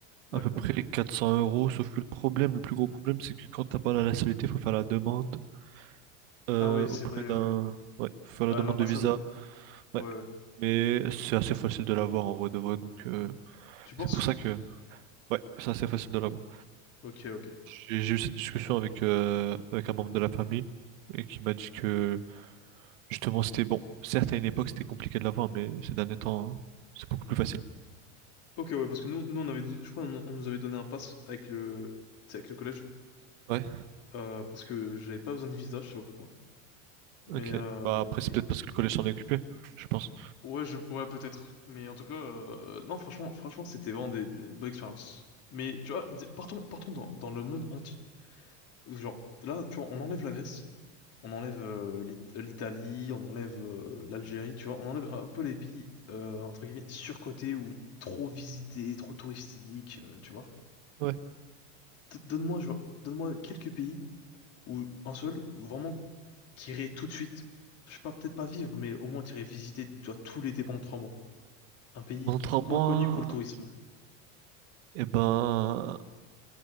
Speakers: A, on the left; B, on the right.
A: Ouais.
B: à peu près 400 euros. Sauf que le problème, le plus gros problème, c'est que quand t'as pas la nationalité, faut faire la demande euh,
A: Ah ouais, c'est
B: auprès
A: vrai,
B: d'un,
A: ouais.
B: ouais, faut faire
A: Ouais,
B: la
A: À
B: demande
A: l'ambassade.
B: de visa.
A: Ouais,
B: Ouais,
A: ouais.
B: mais c'est assez facile de l'avoir en vrai de vrai. Donc euh,
A: Tu penses?
B: c'est pour ça que, ouais, c'est assez facile de l'avoir.
A: Ok, ok.
B: J'ai j'ai eu cette discussion avec euh, avec un membre de la famille. Et qui m'a dit que justement c'était bon. Certes, à une époque c'était compliqué de l'avoir, mais ces derniers temps, hein, c'est beaucoup plus facile.
A: Ok, ouais, parce que nous, nous on avait, je crois, on, on nous avait donné un pass avec le, tu sais, avec le collège,
B: Ouais,
A: euh, parce que j'avais pas besoin de visa, je sais pas pourquoi. Mais
B: ok.
A: euh,
B: Bah après c'est
A: et-
B: peut-être
A: et-
B: parce que le collège s'en est occupé, je pense.
A: ouais, je, ouais, peut-être. Mais en tout cas, euh, euh, non, franchement, franchement, c'était vraiment des, des bonnes expériences. Mais tu vois, d- partons, partons dans, dans le monde entier. Genre, là, tu vois, on enlève la Grèce, on enlève euh, l'It- l'Italie, on enlève euh, l'Algérie, tu vois, on enlève un peu les pays euh, entre guillemets surcotés ou trop visités, trop touristiques, euh, tu vois.
B: Ouais.
A: D- Donne-moi, genre, donne-moi quelques pays où un seul, où vraiment t'irais tout de suite, je sais pas, peut-être pas vivre, mais au moins t'irais visiter, tu vois, tout l'été pendant trois mois. Un pays
B: Contrairement,
A: moins connu pour le tourisme.
B: eh ben,